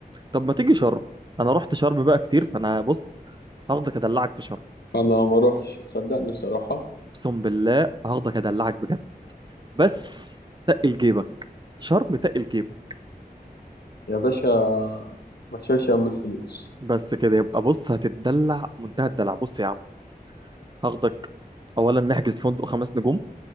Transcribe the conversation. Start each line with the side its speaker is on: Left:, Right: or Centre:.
Right: طب ما تيجي شرم انا رحت شرم بقى كتير فانا بص هاخدك ادلعك في شرم
Left: أنا ما روحتش تصدقني صراحة
Right: اقسم بالله هاخدك ادلعك بجد بس تقل جيبك شرم تقل جيبك
Left: يا باشا ما تشيلش هم الفلوس
Right: بس كده يبقى بص هتتدلع منتهى الدلع بص يا عم هاخدك اولا نحجز فندق خمس نجوم